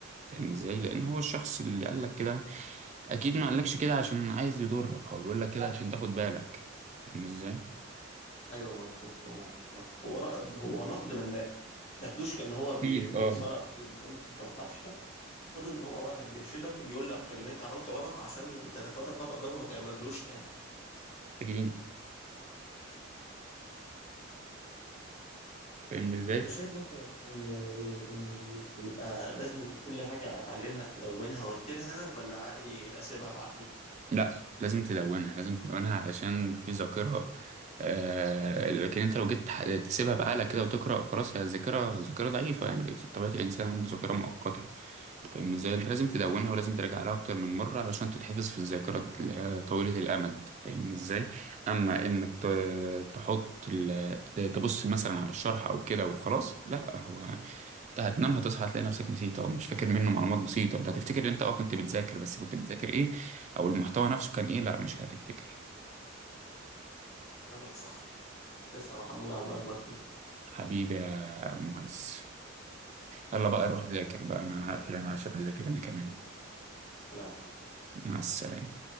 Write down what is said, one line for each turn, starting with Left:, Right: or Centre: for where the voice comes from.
Right: فاهم ازاي لان هو الشخص اللي قال لك كده اكيد ما قالكش كده عشان عايز يضرك هو بيقول لك كده عشان تاخد بالك فاهم ازاي
Left: ايوه مظبوط هو هو رأ- هو نقد بناء ما تاخدوش كان هو بي-
Right: اكيد
Left: بيكسرك
Right: اه
Left: بيقول لك انت ما بتعرفش لا خد ان هو واحد بيرشدك بيقول لك اللي انت عملته غلط عشان تتفادى الخطأ ده وما تعملوش تاني
Right: اكيد فاهم ازاي
Left: انت شايف مثلا ان ان يبقى لازم كل حاجة اتعلمها ادونها واكتبها ولا عادي اسيبها بعقلي
Right: لا لازم تدونها لازم تدونها علشان في ذاكرة آه لكن انت لو جيت تح- تسيبها بقالك كده وتقرأ خلاص هي الذاكرة ذاكرة ضعيفة يعني طبيعة الإنسان عنده ذاكرة مؤقتة فاهم ازاي انت لازم تدونها ولازم ترجع لها أكتر من مرة علشان تتحفظ في الذاكرة اللي هي طويلة الأمد فاهم ازاي أما إنك ت- تحط ال- تبص مثلا على الشرح أو كده وخلاص لا هو انت هتنام هتصحى هتلاقي نفسك نسيت او مش فاكر منه معلومات بسيطة انت هتفتكر ان انت اه كنت بتذاكر بس كنت بتذاكر ايه او المحتوى نفسه كان ايه لا مش هتفتكر
Left: كلامك صح تسلم يا محمود على المعلومات دي
Right: حبيبي يا معز يلا
Left: مش
Right: بقى
Left: مستعمل.
Right: روح ذاكر بقى انا هقفل انا عشان اذاكر انا كمان
Left: كلامك
Right: مع السلامة